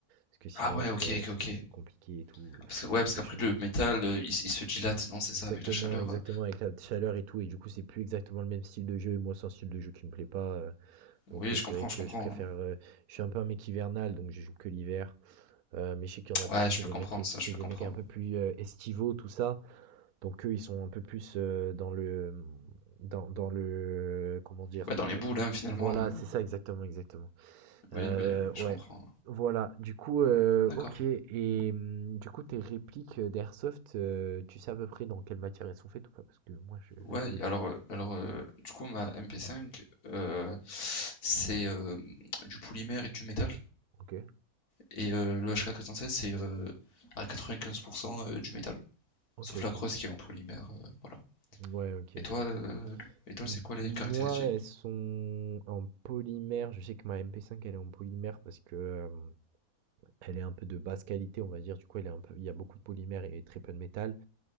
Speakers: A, on the right; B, on the left.
A: Parce que sinon
B: Ah, ouais,
A: après,
B: ok,
A: c'est
B: ok, ok.
A: c'est compliqué et tout,
B: Ah, Parce
A: il
B: que, ouais,
A: fait trop
B: parce qu'après
A: chaud.
B: le métal, euh, il, s- il se dilate, non, c'est
A: Exactement,
B: ça, avec la chaleur.
A: exactement,
B: euh.
A: avec la chaleur et tout, et du coup, c'est plus exactement le même style de jeu, et moi, c'est un style de jeu qui me plaît pas, heu, donc
B: Oui,
A: heu,
B: je
A: c'est
B: comprends,
A: vrai que
B: je comprends.
A: je préfère, heu je suis un peu un mec hivernal, donc je joue que l'hiver, heu, mais je sais qu'il y en a
B: Ouais,
A: plein,
B: je
A: c'est
B: peux
A: des
B: comprendre
A: mecs es
B: ça,
A: c'est
B: je peux
A: des
B: comprendre.
A: mecs un peu plus, heu, estivaux, tout ça, donc eux, ils sont un peu plus, heu, dans le, mmh, dans dans le comment dire?
B: Ouais, dans
A: Dans
B: les boules,
A: l
B: hein, finalement.
A: voilà,
B: hein.
A: c'est ça, exactement, exactement.
B: Oui,
A: Heu,
B: oui, je
A: ouais,
B: comprends.
A: voilà. Du coup, heu,
B: D'accord.
A: OK et mmh, du coup, tes répliques, heu, d'airsoft, heu, tu sais à peu près dans quelle matière elles sont faites ou pas? Parce que moi je
B: Ouais,
A: le
B: alors, euh, alors euh, du coup, ma MP5, euh, c'est euh, du polymère et du métal.
A: OK.
B: Et euh, le HK416, c'est euh, à 95% euh, du métal.
A: OK,
B: Sauf
A: OK.
B: la crosse qui est en polymère. euh, voilà.
A: Ouais, OK,
B: Et
A: OK.
B: toi, euh, et toi,
A: M
B: c'est quoi les
A: moi,
B: caractéristiques?
A: elles sont en polymère. Je sais que ma MP5 elle est en polymère parce que, hem, elle est un peu de basse qualité, on va dire. Du coup, elle est un peu il y a beaucoup de polymère et très peu de métal.